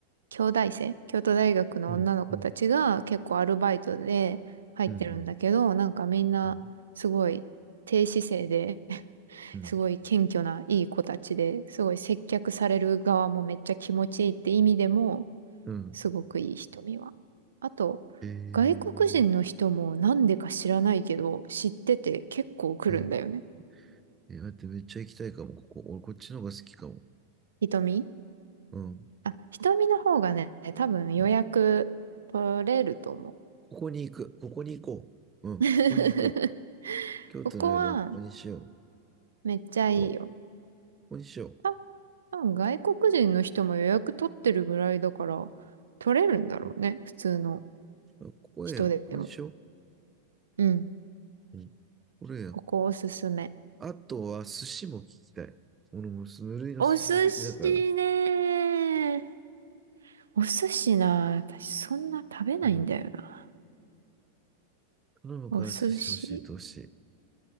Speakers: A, on the right (about 80°); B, on the right (about 20°).
A: 京大生、京都大学の女の子たちが結構アルバイトで入ってるんだけど、
B: うん。うん。うん。うん。
A: なんかみんなすごい低姿勢で、
B: うん。
A: <laughs>
B: うん。
A: すごい謙虚ないい子たちで、すごい接客される側もめっちゃ気持ちいいって意味でも、
B: うん。
A: すごくいい瞳は。あと、
B: えー、
A: 外国人の人もなんでか知らないけど、
B: ね
A: 知ってて結構来るんだよね。
B: えー、えー待って、めっちゃ行きたいかも、ここ。俺、こっちの方が好きかも。
A: 瞳
B: うん。
A: あ、瞳の方がね、多分予約取れると思う。
B: うん。ここに行く。ここに行こう。うん。
A: <laughs>
B: ここに行こう。京都の夜はここにしよう。
A: ここは、めっちゃいいよ。
B: そう。ここにしよ
A: た多分外国人の人も予約取ってるぐらいだから、取れるんだろうね。
B: う。うん。
A: 普通の
B: あここや。
A: 人でも。
B: ここにしよ
A: うん。
B: う。うん。これや。
A: ここおすすめ。
B: あとは、寿司も聞きたい。俺も無類の寿司好きだから。
A: お寿司ねお寿司な、私そんな食べないんだよな。
B: うん。頼むから寿司教えてほしい。
A: お寿司